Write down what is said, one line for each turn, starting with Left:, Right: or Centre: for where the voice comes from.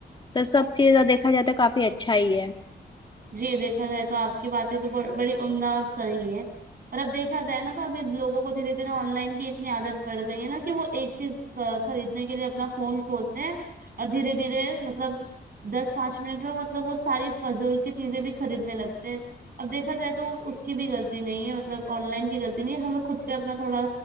Left: تو سب چیز دیکھا جائے تو کافی اچھا ہی ہے
Right: جی دیکھا جائے تو آپ کی باتیں تو بڑی عمدہ اور صحیح ہے اور اب دیکھا جائے نا تو ابھ لوگوں کو دھیرے دھیرے آن لائن کی اتنی عادت پڑ گئی ہے نا کہ وہ ایک چیز خریدنے کے لیے اپنا فون کھولتے ہیں اور دھیرے دھیرے مطلب دس پانچ منٹ میں مطلب وہ ساری فضول کی چیزیں بھی خریدنے لگتے ہیں اب دیکھا جائے تو اس کی بھی غلطی نہیں ہے مطلب آن لائن کی غلط نہیں ہے ہمیں خود پہ اپنا تھوڑا